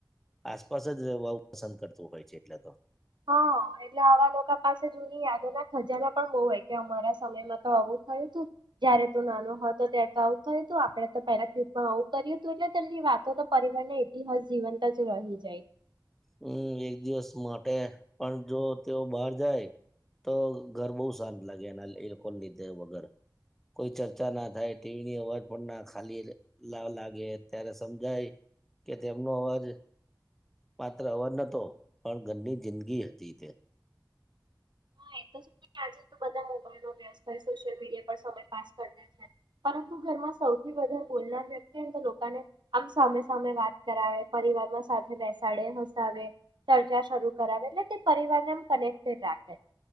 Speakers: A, in the centre; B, on the right (about 80°).
A: આસપાસ જ રહેવા પસંદ કરતું હોય છે. એટલે તો.
B: હા એટલે આવા લોકો પાસે જૂની યાદો ના ખજાના પણ બહુ હોય કે અમારા સમયમાં તો આવું થયું હતું જયારે તું નાનો હતો ત્યારે તો આવું થયું હતું આપડે તો પેલા હા હું કર્યું તું એટલે તેની વાત તો તો પરિવારના ઇતિહાસ જીવંત જ રહી જાય.
A: હમ્મ એક દિવસ માટે પણ જો તેઓ બહાર જાય તો ઘર બહુ શાંત લાગે એના એ લોકોના લીધે વગર કોઈ ચર્ચા ના થાય ટીવીની અવાજ પણ ના ખાલી લાગે ત્યારે સમજાય કે તેમનો અવાજ પાત્ર અવર નહતો પણ ઘરની જિંદગી હતી તે
B: હા, એ તો છે આજે તો બધા મોબાઈલમાં વ્યસ્ત હોય, સોશિયલ મીડિયા પર સમય પાસ કરે છે પરંતુ ઘરમાં સૌથી વધાર બોલનાર વ્યક્તિને તો લોકોને આમ સામે-સામે વાત કરાવે, પરિવારમાં સાથે બેસાડે, હસાવે ચર્ચા શરૂ કરાવે એટલે તે પરિવારને આમ કનેક્ટેડ રાખે.